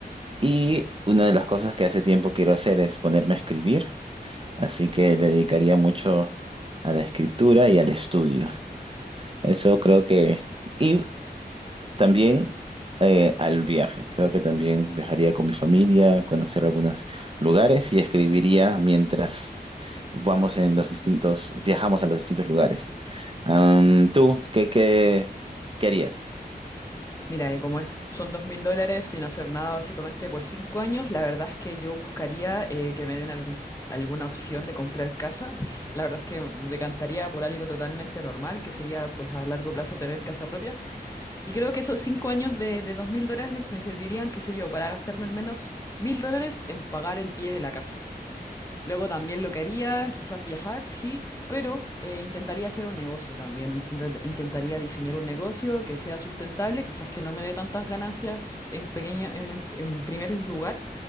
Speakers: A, on the right; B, on the left.
A: Y una de las cosas que hace tiempo quiero hacer es ponerme a escribir. Así que le dedicaría mucho a la escritura y al estudio. Eso creo que... Y También eh, al viaje. Creo que también viajaría con mi familia, conocer algunos lugares y escribiría mientras vamos en los distintos, viajamos a los distintos lugares. Am, ¿tú qué, qué, qué harías?
B: Mira, eh, como es, son dos mil dólares sin hacer nada básicamente por cinco años, la verdad es que yo buscaría eh, que me den algún, alguna opción de comprar casa. <laughs> La verdad es que decantaría por algo totalmente normal, que sería pues a largo plazo tener casa propia. Y creo que esos cinco años de, de dos mil dólares me servirían, qué sé yo, para gastarme al menos mil dólares en pagar el pie de la casa. Luego también lo que haría, quizás viajar, sí, pero eh, intentaría hacer un negocio también. Intenta- intentaría diseñar un negocio que sea sustentable, quizás que no me dé tantas ganancias en pequeña, en, el- en primer lugar,